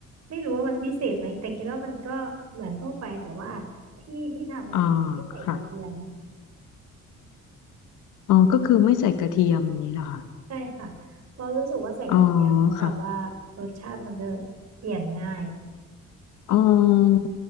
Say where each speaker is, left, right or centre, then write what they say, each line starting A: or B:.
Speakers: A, on the right (about 60°); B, on the left (about 80°).
A: ไม่รู้ว่ามันพิเศษไหมแต่คิดว่ามันก็เหมือนทั่วไปแต่ว่าที่ที่ทำเนี่ยไม่ใส่กระเทียม
B: อ๋อค่ะอ๋อก็คือไม่ใส่กระเทียมอย่างนี้เหรอคะ
A: ใช่ค่ะเพราะรู้สึกว่าใส่กระเทียมแล้วแบบว่ารสชาติมันจะ
B: อ๋อค่ะ
A: เปลี่ยนง่าย
B: อ๋อ